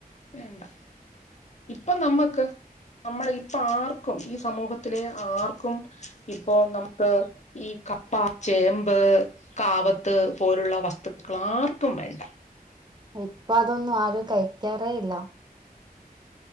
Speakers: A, on the left; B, on the right.
A: വേണ്ടാ ഇപ്പം നമ്മക്ക്. നമ്മളെ ഇപ്പ ആർക്കും ഈ സമൂഹത്തിലെ ആർക്കും. ഇപ്പൊ നമുക്ക് ഈ കപ്പ, ചേമ്പ് കാവത്ത് പോലുള്ള വസ്തുക്കളാർക്കും വേണ്ട.
B: ഇപ്പ അതൊന്നും ആരും കഴിക്കാറേയില്ല